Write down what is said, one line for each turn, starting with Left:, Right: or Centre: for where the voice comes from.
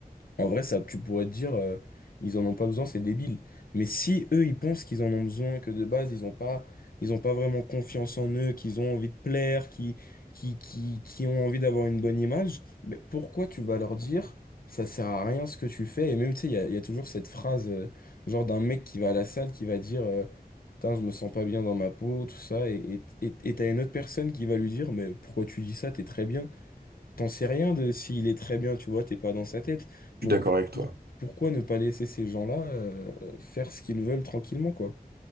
Left: En vrai, ça, tu pourrais te dire, euh, ils en ont pas besoin, c'est débile. Mais si eux, ils pensent qu'ils en ont besoin, que de base, ils ont pas, ils ont pas vraiment confiance en eux, qu'ils ont envie de plaire, qui, qui, qui, qui ont envie d'avoir une bonne image, mais pourquoi tu vas leur dire, ça sert à rien ce que tu fais? Et même, tu sais, il y a, il y a toujours cette phrase, euh, genre d'un mec qui va à la salle, qui va dire, euh, Putain, je me sens pas bien dans ma peau, tout ça, et, et, et- et t'as une autre personne qui va lui dire, mais pourquoi tu dis ça? T'es très bien. T'en sais rien de s'il est très bien, tu vois, t'es pas dans sa tête.
Right: je
Left: Donc,
Right: suis d'accord avec toi
Left: pour- pourquoi ne pas laisser ces gens-là euh, faire ce qu'ils veulent tranquillement, quoi?